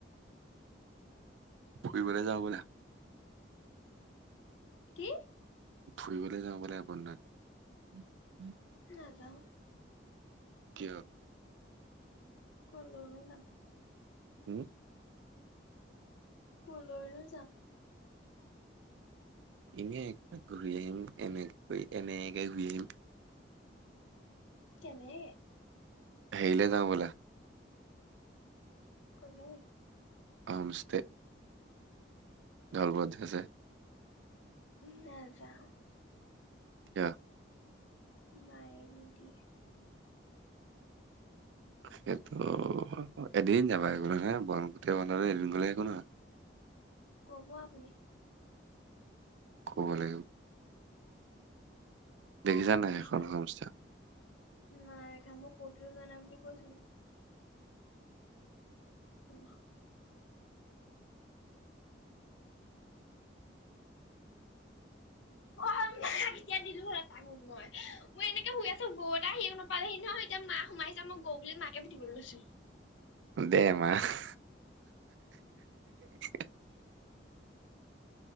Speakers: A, on the right; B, on the left.
A: ফুৰিবলে যাওঁ ব'লে।
B: কি?
A: ফুৰিবলৈ যাওঁ বলা বন্নাত।
B: নাযাওঁ।
A: কিয়?
B: কলোনো না।
A: হুম?
B: কলৈনো যাম?
A: এনেই একবাক ঘূৰি আহিম, এনেকৈ এনে ঘূৰি আহিম।
B: কেনে?
A: হেৰিলে যাওঁ ব'লা।
B: কলৈ?
A: হ'মষ্টে। দল বদ্ধ যে।
B: নাযাওঁ।
A: <unintelligible>
B: মায়ে নিদিয়ে।
A: সেইটো এদিন যাবা একো ন নয় বন গোটেই বন্ধ এদিন গ'লে একো নহয়। <inaudible>
B: কব আপুনি।
A: কব লাগিব। দেখিছা নাই
B: বি
A: সেইখন
B: তাৰিখ,
A: হোম ষ্টে
B: নাই এখামোৰ কতও জ নাই বুলি কৈছো। উম।
A: <inaudible>
B: অ' মা কেতিয়া দিলো হয় মই মই এনেকে শুই আছো গৰু এ আহি নাপালেহি নহয় এতিয়া মা সোমাইছে মই গৌ বুলি মাকে পিটিব লাগ লৈছো।
A: দে মাকহ। <inaudible>